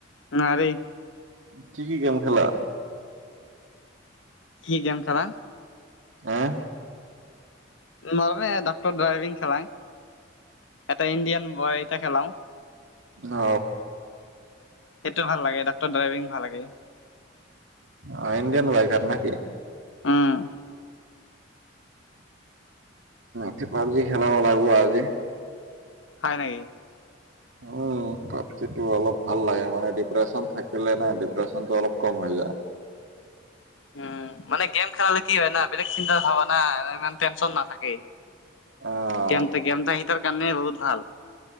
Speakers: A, on the left; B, on the right.
A: নোৱাৰি।
B: ঠিকেই গেম খেলা
A: কি গেম খেলা?
B: হে?
A: নে ডাক্তৰ ড্ৰাইভিং খেলাং, এটা ইণ্ডিয়ান বয় এটা খেলাও।
B: অ।
A: সেইটো ভাল লাগে ডাক্তৰ ড্ৰাইভিং ভাল লাগে।
B: অ ইণ্ডিয়ান বাইকাৰ নেকি?
A: উম।
B: তি পাবজি খেলাব লাগিব আজি।
A: হয় নেকি
B: উম, পাবজি অলপ ভাল লাগে মানে ডিপ্ৰেশচন থাকিলে নাই ডিপ্ৰেচনটো অলপ কম হৈ যায়।
A: উম, মানে গেম খেলালে কি হয় ন বেলেগ চিন্তা হবা না ইমান টেনচন নাথাকে।
B: অ',
A: গেম ত গেম ত আহি ত। কানে বুত ভাল,